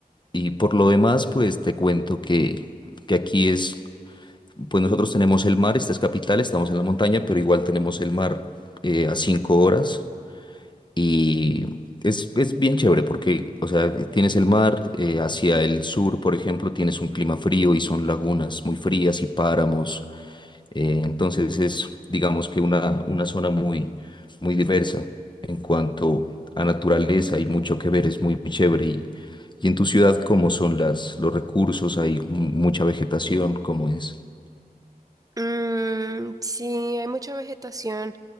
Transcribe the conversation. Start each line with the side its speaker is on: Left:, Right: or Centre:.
Left: y por lo demás, pues te cuento que, que aquí es pues nosotros tenemos el mar, esta es capital, estamos en la montaña, pero igual tenemos el mar eh, a cinco horas y es, es bien chévere porque, o sea, tienes el mar eh, hacia el sur, por ejemplo, tienes un clima frío y son lagunas muy frías y páramos, eh, entonces es, digamos que una, una zona muy, muy diversa en cuanto a naturaleza, hay mucho que ver, es muy, muy chévere y, y en tu ciudad, ¿cómo son las, los recursos? ¿Hay mucha vegetación? ¿Cómo es?
Right: Mm, sí, hay mucha vegetación.